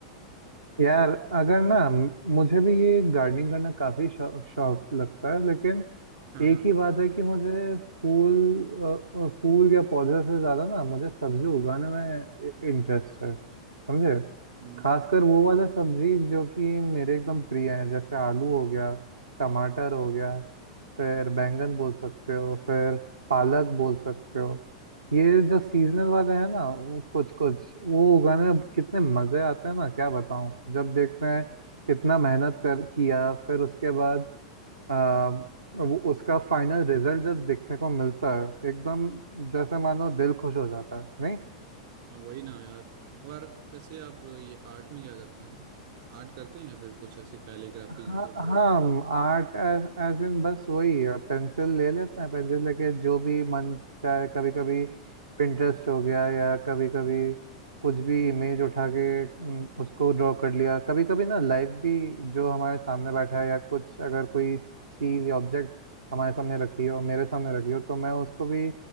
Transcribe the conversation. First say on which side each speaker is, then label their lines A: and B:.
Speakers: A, on the right; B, on the right.
A: यार अगर ना म- मुझे भी ये गार्डनिंग करना काफी शौ, शौक लगता है लेकिन
B: हाँ
A: एक
B: हाँ
A: ही बात है कि मुझे फूल अ, अ, फूल या पौधे से ज्यादा ना मुझे सब्जी उगाने में इंटरेस्ट है समझे
B: हम्म
A: खासकर वो वाला सब्जी जो कि मेरे एकदम प्रिय है जैसे आलू हो गया टमाटर हो गया फिर बैंगन बोल सकते हो फिर पालक बोल सकते हो ये जो सीजनल वाले हैं ना वो कुछ कुछ वो उगाने में कितने मजे आते हैं ना क्या बताऊं जब देखते हैं इतना मेहनत कर किया फिर उसके बाद आ, वो उसका फाइनल रिजल्ट जब देखने को मिलता है एकदम जैसे मानो दिल खुश हो जाता है नहीं
B: हाँ, वही ना यार और वैसे आप ये आर्ट में क्या करते हैं आर्ट करते हैं या फिर कुछ ऐसे कैलीग्राफी
A: हाँ
B: जैसे वर्ड
A: हाँ आर्ट एज इन बस वही पेंसिल ले लेते हैं पेंसिल लेके जो भी मन चाहे कभी कभी पिंटरेस्ट हो गया या कभी कभी कुछ भी इमेज उठा के हम्म, उसको ड्रॉ कर लिया कभी कभी ना लाइव भी जो हमारे सामने बैठा है या कुछ अगर कोई चीज़ या ऑब्जेक्ट हमारे सामने रखी हो मेरे सामने रखी हो तो मैं उसको भी